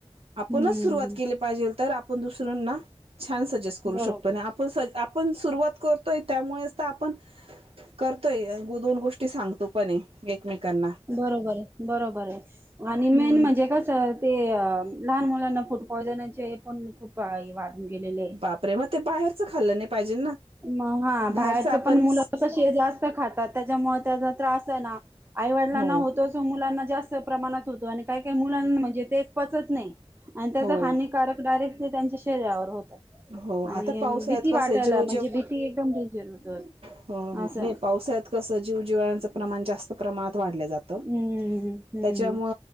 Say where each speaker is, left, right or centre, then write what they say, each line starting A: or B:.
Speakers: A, on the right; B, on the right.
A: आपणच
B: हम्म
A: सुरुवात केली पाहिजे, तर आपण दुसऱ्यांना छान स अडजस्ट करू शकतो
B: बरोबर
A: नाही आपण स आपण सुरुवात कर य त्यामुळेच तर आपण करतोय दोन गोष्टी सांगतो पण एकमेकां
B: बरोबर आहे बरोबर आहे आणि मेन
A: हम्म
B: म्हणजे कस ते लहान मुलांना फूड पॉयजनचे पण खूप वाढून गेलेले ये
A: बापरे मग ते बाहेरचं खाल्लं नाही पाहिजे
B: मग हा
A: बाहेरच
B: बाहेरचं
A: आपण
B: पण मुलं क जास्त खातात त्याच्यामुळे त्याचा त्रास आहे ना आईवडिलांना
A: हो
B: होतो असो मुलांना जास्त प्रमाणात होतो आणि काय काही मुलांना म्हणजे ते पचत नाही. आणि त्याचा
A: हो
B: हानिकारक डायरेक्ट ते त्यांच्या शरीरावर होत.
A: हो
B: आणि
A: आता पावसाळ्यात
B: भीती
A: कसं
B: वाटायला
A: जीव
B: म्हणजे भीती एकदम डेंजर होत.
A: हो हो.
B: असं
A: नाही पावसाळ्यात कसं जीव जिवाळ्यांचं प्रमाण जास्त प्रमाणात वाढलं जातं.
B: हम्म हम्म
A: त्याच्यामुळ